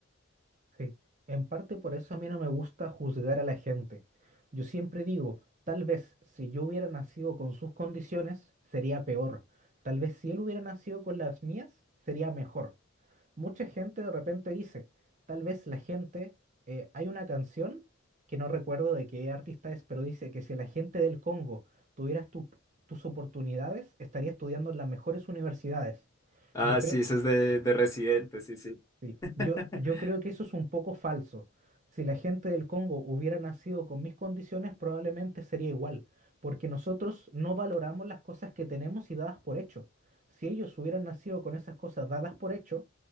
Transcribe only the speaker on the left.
Ah,
sí, eso es de, de Residente, sí, sí.
<laughs>